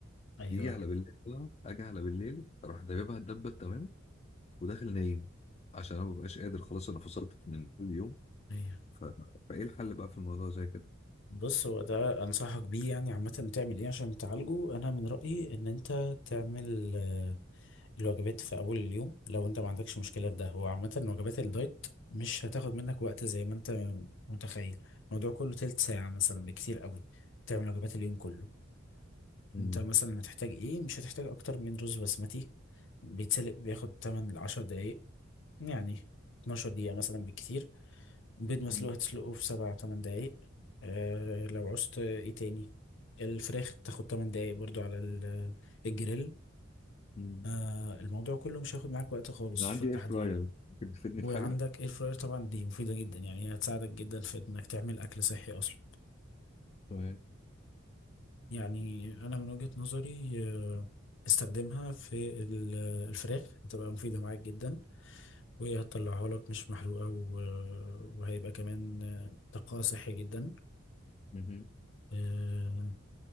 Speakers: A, on the left (about 65°); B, on the left (about 35°).
A: أيوه
B: يجي على بالليل بقى اجي على بالليل اروح دببها الدبه تمام وداخل نايم عشان انا مبقاش قادر خلاص انا فصلت من كل يوم
A: أيوه
B: ف... فايه الحل بقى في الموضوع زي كده
A: بص هو ده أنصحك بيه يعني عامة تعمل إيه عشان تعالجه أنا من رأيي إن أنت تعمل آه، الوجبات في أول اليوم لو أنت ما عندكش مشكلة في ده هو عامة وجبات الدايت مش هتاخد منك وقت زي ما أنت متخيل الموضوع كله تلت ساعة مثلا بكتير قوي تعمل وجبات اليوم كله
B: مم.
A: انت مثلا هتحتاج ايه مش هتحتاج اكتر من رز بسمتي بيتسلق بياخد 8 ل 10 دقايق يعني 12 دقيقة مثلا بالكتير بيض مسلوق
B: مم.
A: هتسلقه في 7 8 دقايق أه لو عوزت ايه تاني الفراخ بتاخد 8 دقايق برضو على ال- الجريل
B: مم.
A: أه الموضوع كله مش هياخد معاك وقت خالص
B: انا
A: في
B: عندي
A: التحضير
B: اير فراير ممكن تفيدني
A: وعندك
B: في حاجه
A: اير فراير طبعا دي مفيدة جدا يعني هي هتساعدك جدا في انك تعمل اكل صحي اصلا
B: تمام
A: يعني أنا من وجهة نظري آه، استخدمها في ال- الفراخ هتبقى مفيدة معاك جدا وهتطلعها لك مش محروقة و- وهيبقى كمان آه، طاقة صحي جدا
B: مهم.
A: آه،